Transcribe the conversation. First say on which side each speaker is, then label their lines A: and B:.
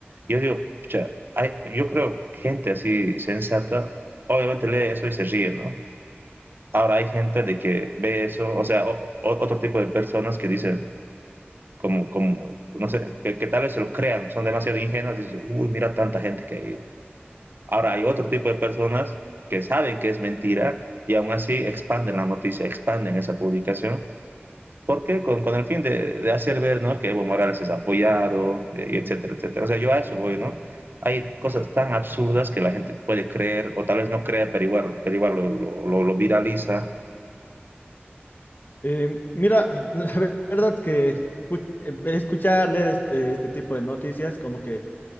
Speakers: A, on the right; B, on the left.
A: Yo digo, pucha, hay, yo creo gente así sensata, obviamente lee eso y se ríe, ¿no? Ahora hay gente de que ve eso, o sea, o, o, otro tipo de personas que dicen, como, como no sé, que, que, tal vez se lo crean, son demasiado ingenuos, dicen, uy, mira tanta gente que ha ido. Ahora, hay otro tipo de personas que saben que es mentira y aún así expanden la noticia, expanden esa publicación, porque con, con el fin de, de hacer ver ¿no? que Evo Morales es apoyado, eh, y etcétera, etcétera. O sea, yo a eso voy, ¿no? Hay cosas tan absurdas que la gente puede creer, o tal vez no cree, pero igual, pero igual lo, lo- lo- lo viraliza.
B: eh, mira, <clears throat> <laughs> la verdad que pu- eh, escuchar, leer este, este tipo de noticias como que